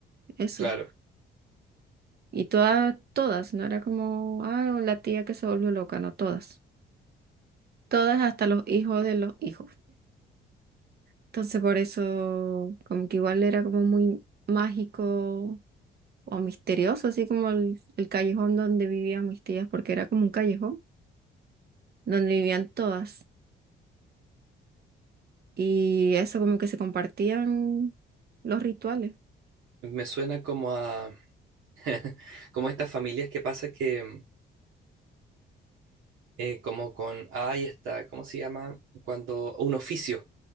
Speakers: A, on the right; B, on the right.
A: eso.
B: Claro.
A: Y todas, todas, no era como, ah, o la tía que se volvió loca, no, todas. Todas hasta los hijos de los hijos. Entonces por eso, como que igual era como muy mágico o misterioso, así como el, el callejón donde vivían mis tías, porque era como un callejón donde vivían todas. Y eso como que se compartían los rituales.
B: Me suena como a, <laughs> como a estas familias que pasa que, mm, eh, como con, ay, está, ¿cómo se llama? Cuando, un oficio.